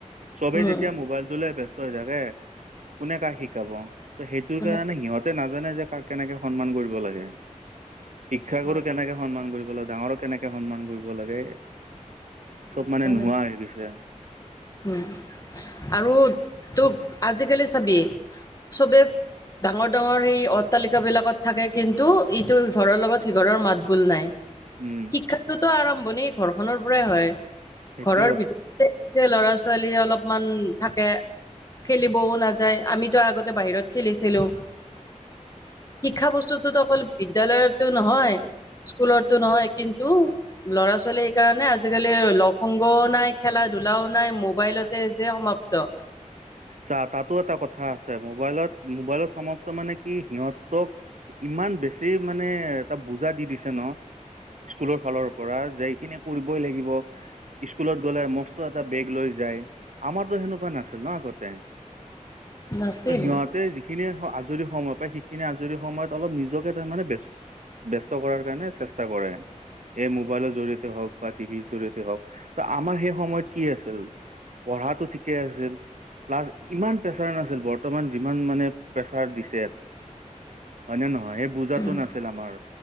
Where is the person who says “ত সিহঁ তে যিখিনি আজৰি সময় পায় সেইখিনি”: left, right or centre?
Right